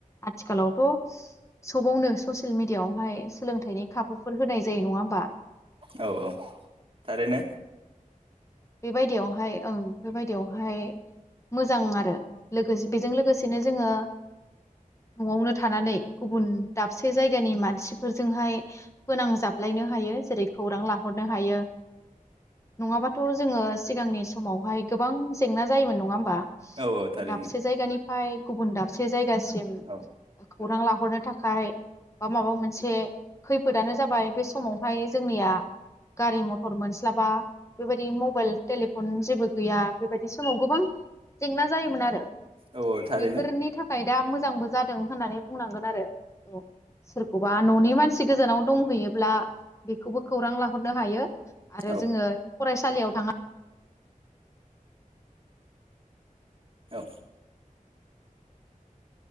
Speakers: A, on the left (about 20°); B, on the right (about 40°).
A: आथिखालावथ सबावनो ससियेल मिदियावहाय सोलोंथाइनि खाबुफोर होनाय जायो नङा ओमबा
B: औ औ थारैनो
A: बेबायदियावहाय ओं बेफोरबायदियावहाय मोजां आरो लोगोसे बेजों लोगोसेनो जोङो न'आवनो थानानै गुबुन दाबसे जायगानि मानसिफोरजोंहाय फोनांजाबलायनो हायो जेरै खौरां लाहरनो हायो। नङाबाथ जोङो सिगांनि समावहाय गोबां जेंना जायोमोन नङा ओमबा
B: औ औ थारैनो
A: दाबसे जायगानि फाय गुबुन दाबसे जायगासिम
B: औ
A: खौरां लाहरनो थाखाय बा माबा मोनसे खैफोदानो जाबाय बे समावहाय जोंनिया गारि मथर मोनस्लाबा बेबायदि मबाइल टेलिफन जेबो गैया बेबायदि समाव गोबां जेंना जायोमोन आरो
B: औ औ थारैनो
A: बेफोरनि थाखाय दा मोजांबो जाद होननानै बुंनांगोन आरो औ सोरखौबा न ननि मानसि गोजानाव दंहैयोब्ला बेखौबो खौरां लाहरनो हायो आरो
B: औ
A: जोङो फरायसालियाव थाङा।
B: औ